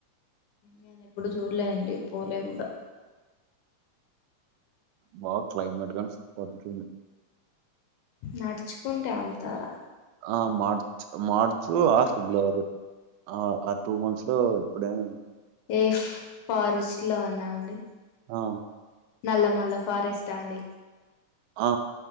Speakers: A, on the left; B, on the right.
A: నేను ఎప్పుడు చూడలే అండి పోలే కూడా
B: బాగ్ క్లైమేట్ గాని సూపర్ ఉంటుంది
A: నడుచుకుంట వెళ్తారా
B: ఆ మార్చ్ మార్చు ఆర్ ఫిబ్లవరి ఆ ఆ టూ మంత్స్ లో ఎప్పుడైనా
A: ఏ ఫారెస్ట్ లోనా అండి
B: ఆ
A: నల్లమల్ల ఫ ఫారెస్టా అండి
B: ఆ